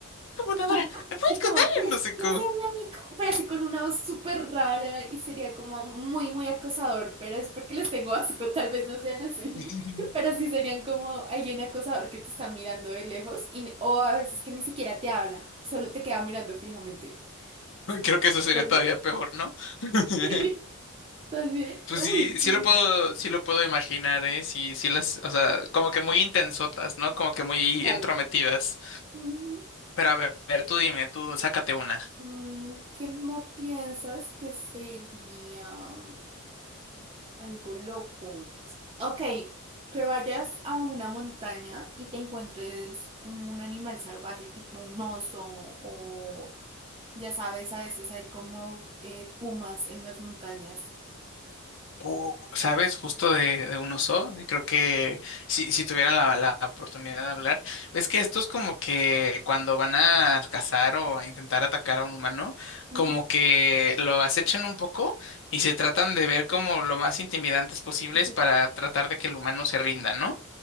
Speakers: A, on the left; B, on the right.
A: la computadora?
B: ajá.
A: ¿Me puedes
B: Y
A: contar?
B: como, ¿quieres,
A: No sé
B: quieres
A: cómo.
B: ser mi amigo? Pero así con una voz súper rara y sería como muy, muy acosador, pero es porque les tengo asco, tal vez no sean así.
A: <laughs>
B: <laughs> Pero sí serían como alguien acosador que te está mirando de lejos y, o a veces que ni siquiera te habla, solo te queda mirando fijamente. Es como,
A: Creo que eso sería
B: ¿estás
A: todavía
B: bien?
A: peor, ¿no? <laughs>
B: <laughs> ¿Estás bien?
A: Pues sí,
B: Uy,
A: sí
B: sí.
A: lo puedo, sí lo puedo imaginar, ¿eh? Sí, sí las, o sea, como que muy intensotas, ¿no? Como que muy
B: Vale.
A: entrometidas.
B: Ujú.
A: Pero a ver, a ver, tú dime, tú sácate una.
B: Mm, ¿Cómo piensas que sería algo loco? Ok, que vayas a una montaña y te encuentres un animal salvaje, tipo un oso o, ya sabes, a veces hay como eh, pumas en las montañas.
A: Uh, ¿sabes? Justo de, de un oso. Y creo que si, si tuvieran la, la oportunidad de hablar, ves que estos como que cuando van a cazar o a intentar atacar a un humano,
B: Ujú,
A: como que lo acechan un poco y se tratan de ver como lo más intimidantes posibles
B: sí.
A: para tratar de que el humano se rinda, ¿no?